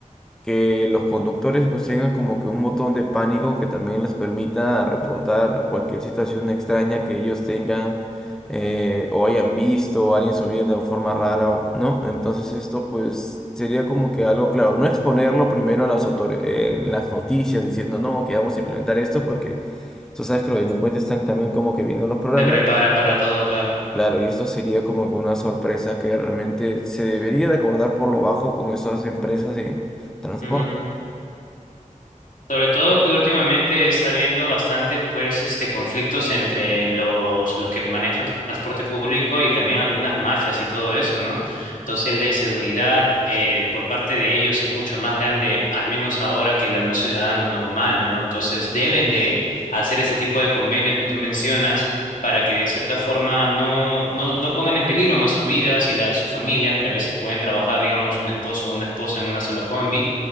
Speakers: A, in the centre; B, on the left.
A: que los conductores pues tengan como que un botón de pánico que también les permita reportar cualquier situación extraña que ellos tengan eh, o hayan visto o alguien subir de forma rara, o- ¿no? Entonces esto pues sería como que algo claro, no exponerlo primero a las autoridades, en las noticias diciendo no, que vamos a implementar esto porque tú sabes que los delincuentes están también como que viendo los programas.
B: Se preparan para todo, claro.
A: Claro, y esto sería como que una sorpresa que realmente se debería de acordar por lo bajo con esas empresas de transporte.
B: Ujú. Sobre todo que últimamente está habiendo bastantes pues este conflictos entre los, los que manejan transporte público y también algunas mafias y todo eso, ¿no? Entonces la inseguridad eh, por parte de ellos es mucho más grande, al menos ahora, que la de un ciudadano normal, ¿no? Entonces deben de hacer ese tipo de convenios que tú mencionas para que de cierta forma no, no, no pongan en peligro más sus vidas y la de sus familias, que a veces pueden trabajar, digamos, un esposo o una esposa en una sola combi